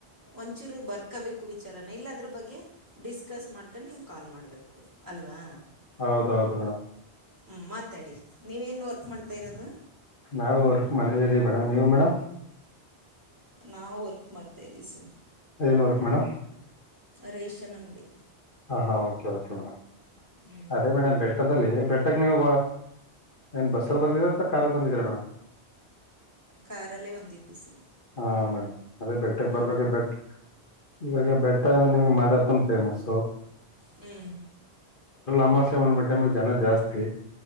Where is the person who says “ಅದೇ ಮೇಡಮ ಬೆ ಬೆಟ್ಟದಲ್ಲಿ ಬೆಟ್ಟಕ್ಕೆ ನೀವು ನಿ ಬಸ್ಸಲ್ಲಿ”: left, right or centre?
Left